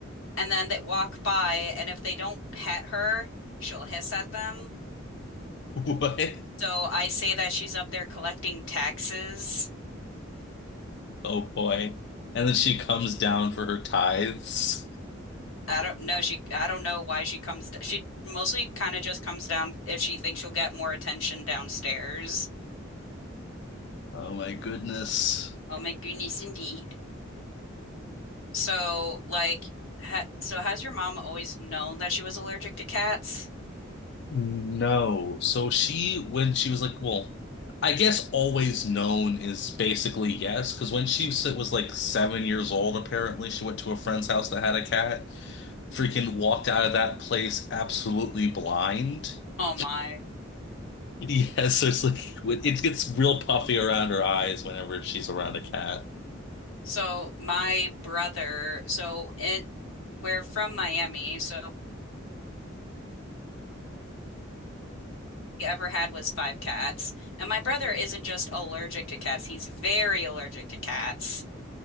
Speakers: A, on the left; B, on the left.
A: and then they walk by, and if they don't pet her, she'll hiss at them.
B: <laughs> What?
A: So I say that she's up there collecting taxes.
B: Oh boy. And then she comes down for her tithes.
A: I don't know. She, I don't know why she comes. d- She mostly kind of just comes down if she thinks she'll get more attention downstairs.
B: Oh my goodness.
A: Oh my goodness, indeed. So, like, ha so has your mom always known that she was allergic to cats?
B: No. So she, when she was like, well, I guess always known is basically yes, because when she s- was like seven years old, apparently she went to a friend's house that had a cat, freaking walked out of that place absolutely blind. <laughs>
A: Oh my.
B: Yes, so it's like it gets real puffy around her eyes whenever she's around a cat.
A: So my brother, so in we're from Miami, so what we ever had was five cats. And my brother isn't just allergic to cats, he's very allergic to cats.